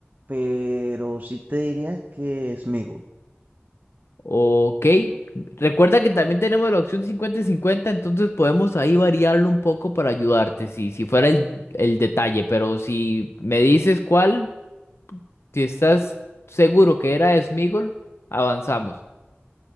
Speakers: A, on the right (about 40°); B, on the left (about 75°).
A: pero sí te diría que Sméagol.
B: Ok. Recuerda que también tenemos la opción 50-50, entonces podemos ahí variarlo un poco para ayudarte, si, si fuera el, el detalle, pero si me dices cuál, si estás seguro que era Smigol, avanzamos.